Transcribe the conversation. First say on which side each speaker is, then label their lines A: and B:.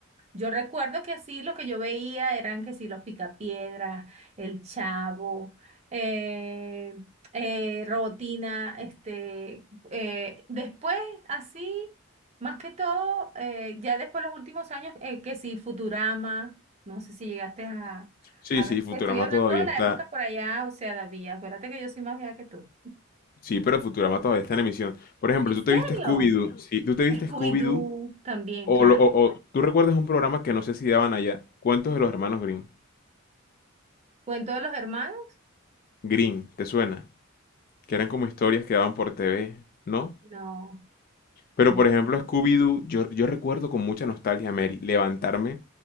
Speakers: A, on the right (about 30°); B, on the left (about 45°).
A: Yo recuerdo que así lo que yo veía eran que sí, los Picapiedras, El Chavo, eh, eh, Robotina, este, eh, después así, más que todo, eh, ya después los últimos años, eh, que sí, Futurama, no sé si llegaste a,
B: Sí,
A: a
B: sí,
A: ver,
B: Futurama
A: te estoy hablando
B: todavía
A: de
B: está.
A: la época por allá, o sea, David, acuérdate que yo soy más vieja que tú.
B: Sí, pero Futurama todavía está en emisión. Por ejemplo,
A: ¿En
B: tú te
A: serio?
B: viste Scooby-Doo. Sí, tú te viste
A: Scooby-Doo
B: Scooby-Doo.
A: también,
B: O,
A: claro.
B: lo- o- o- tú recuerdas un programa que no sé si daban allá, Cuentos de los Hermanos Green
A: ¿Cuento de los hermanos?
B: Green, ¿te suena? Que eran como historias que daban por TV, ¿no?
A: No,
B: Pero
A: no.
B: por ejemplo, Scooby-Doo, yo, yo recuerdo con mucha nostalgia, Mary, levantarme